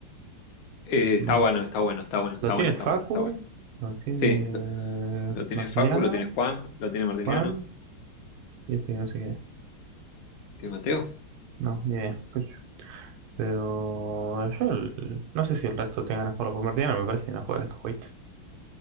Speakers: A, on the left; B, on the right.
A: Eh,
B: banco.
A: está bueno, está bueno, está bueno, está
B: ¿Lo tiene
A: bueno, está
B: Facu?
A: bueno, está bueno.
B: ¿Lo tiene
A: Sí, lo, lo tiene
B: Martiniano?
A: Facu, lo tiene Juan, lo tiene Martiniano.
B: Juan. Y esto que no sé quién es.
A: ¿Y Mateo?
B: No, ni idea. Coño, Pero yo el- no sé si el resto tenga ganas de jugarlo, porque Martina me parece que no juega a estos jueguitos.